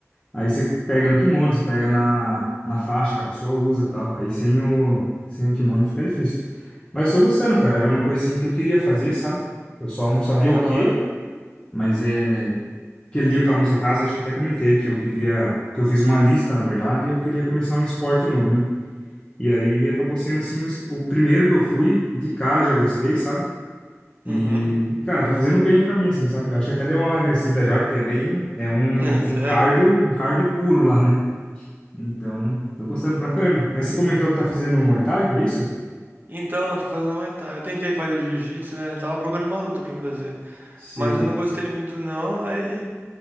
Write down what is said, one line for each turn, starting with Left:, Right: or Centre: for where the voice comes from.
Left: Aí você pega no kimono, você pega na, na faixa que a pessoa usa e tal. Aí sem o, sem o kimono fica difícil. Mas eu tô gostando, cara. Era uma coisa assim que eu queria fazer, sabe? Eu só não sabia
Right: Ah, da
Left: o quê,
Right: hora.
Left: mas é. Aquele dia que eu tava na sua casa, acho que até comentei que eu queria. Que eu fiz uma lista, na verdade, e eu queria começar um esporte novo, né? E aí acabou sendo assim o, es- o primeiro que eu fui, e de cara já gostei, sabe?
Right: Uhum.
Left: E,
Right: <laughs>
Left: cara, tá fazendo bem pra mim, assim, sabe? Eu acho que até deu uma emagrecida já, porque é bem. É um,
Right: É, sério.
Left: um cardio, um cardio puro lá, né? Então, tô gostando pra caramba. Mas você comentou que tá fazendo Muay Thai, é isso?
Right: Então, eu tô fazendo Muay Thai. Eu tentei fazer jiu-jitsu, né? Tava procurando uma luta pra fazer.
Left: Sei,
Right: Mas eu não gostei muito, não. Aí.